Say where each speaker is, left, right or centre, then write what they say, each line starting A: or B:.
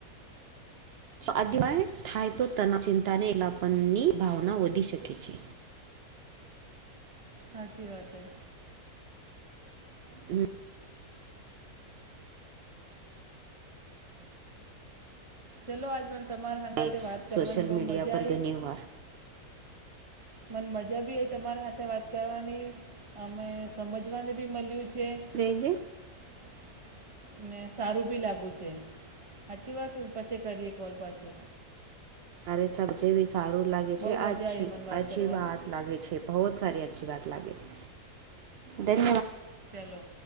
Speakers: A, on the right (about 80°); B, on the right (about 25°).
A: આદિવાય થાય તો તનાવ ચિંતાને એલાપનની ભાવના વધી શકે છે.
B: સાચી વાત હે.
A: હમ,
B: ચાલો આજમાંન તમારા સાંગાથે
A: ક્યારેય
B: વાત કરવાની
A: સોશિયલ
B: બહુ
A: મીડિયા
B: મજા
A: પર
B: આવી.
A: ઘણી વાર
B: મને મજા બી આવી તમારા હાથે વાત કરવાની અમે સમજવાને બી મળ્યું છે.
A: જય જય.
B: <inaudible> ને સારું બી લાગ્યું છે સાચી વાત પછી કરીએ કોલ પાછો.
A: અરે સબજે ભી સારું લાગે
B: બહુ
A: છે
B: મજા
A: અછી
B: આવી મને વાત
A: અચછી
B: કરવાની
A: વાત લાગે છે. બહુ સારી અચછી વાત લાગે છે થેન
B: ચાલો